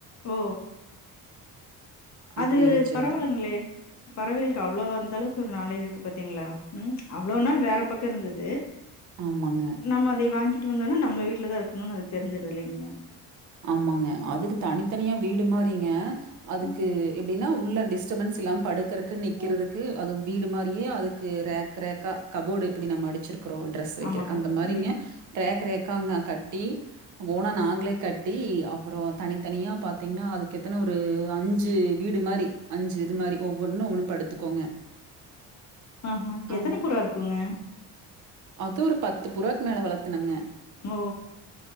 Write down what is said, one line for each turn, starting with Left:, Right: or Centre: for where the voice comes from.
Left: ஓ அது
Right: அப்டி வச்சிருந்தோ
Left: பரவலங்களே பறவைகளுக்கு அவ்வளவு அந்த அளவுக்கு ஒரு நாளே இருக்கு பாத்தீங்களா அவ்வளவு நாள் வேற ப இருந்தது
Right: ஆமாங்க,
Left: நம்ம அதை வாங்கி ட்டு வந்தோனா நம்ப வீட்டுல தான் இருக்கணும்னு அது தெரிஞ்சது இல்லைங்களா
Right: ஆமாங்க அதுக்கு தனித்தனியா வீடு மாறிங்க அதுக்கு
Left: ம்.
Right: எப்படின்னா உள்ள டிஸ்டபன்ஸ் இல்லாம படுக்கறக்கு நிக்கிறதுக்கு அது வீடு மாதிரியே அதுக்கு ரேக் ரேக்கா கபோர்டு எப்படி நம்ம அடிச்சிருக் டிரெஸ் வைக்க
Left: ஆமாங்க.
Right: அந்த மாதிரிங்க
Left: ம்.
Right: ரேக்காங்க கட்டி போனா நாங்களே கட் ட்டி அப்பறம் தனித்தனியா பாத்தீங்கன்னா அதுக்க ஏத்தன ஒரு அஞ்சு வீடு மாரி அஞ்சு இது மாரி ஒவ்வொன்னு ஒவ்வொன்னுல படுத்துக்கோங்க
Left: ஆஹ்ஹ எத்தன
Right: ஆம்.
Left: புறா இருக்குங்க
Right: அது ஒரு பத்து புறாக்கு மேல வளர்த்துனுங்க
Left: ஓ!